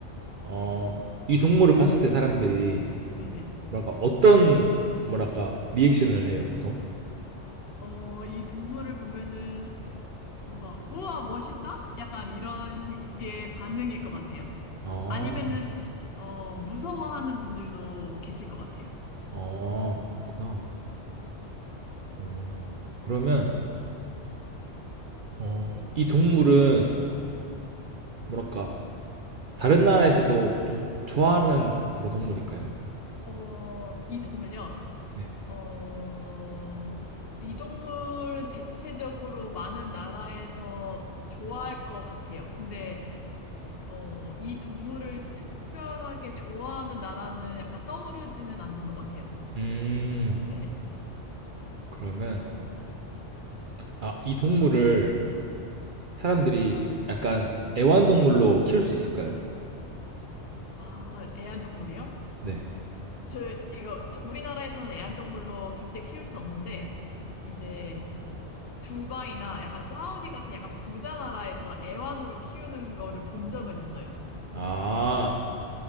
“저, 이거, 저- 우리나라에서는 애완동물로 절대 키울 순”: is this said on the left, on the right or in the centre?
Left